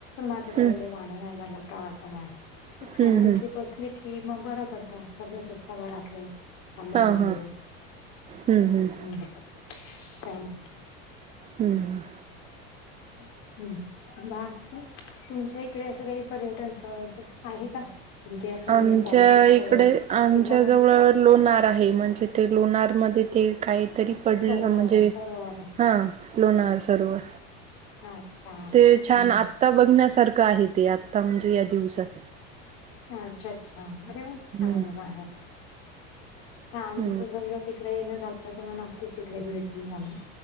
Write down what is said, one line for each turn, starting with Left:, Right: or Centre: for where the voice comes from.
Left: माझं काय
Right: हम्म
Left: एवढे जाण नाही झालं प्रवासामुळे एक फॅमिली
Right: हम्म हम्म.
Left: ट्रीप असती कि मग बरं पडत सगळेच असतात घरातले सांभाळून
Right: हा
Left: घ्यायला
Right: हा हम्म हम्म
Left: हम्म चालेल
Right: हम्म
Left: हम्म बाकी तुमच्या इकडे असं काही पर्यटन स्थळत आहे का. जिथे आपण
Right: आमच्या
Left: जाऊ शकतो
Right: इकडे आमच्या
Left: किंवा मग
Right: जवळ. लोणार आहे म्हणजे ते लोणारमध्ये ते काहीतरी. पडलं
Left: सरोवर
Right: म्हणजे
Left: सरोवर
Right: हा लोणार सरोवर.
Left: अच्छा हम्म
Right: ते छान आत्ता बघण्यासारखं आहे ते आता म्हणजे या दिवसात.
Left: अच्छा अच्छा म चांगलं्
Right: हम्म
Left: आमच
Right: हं,
Left: समजा त. तिकडे येणं झालं तर मग नक्कीच तिकडे भेटली झालं